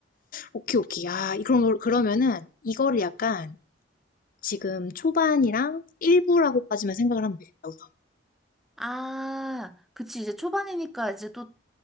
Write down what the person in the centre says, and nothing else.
아, 그치. 이제 초반이니까 이제 또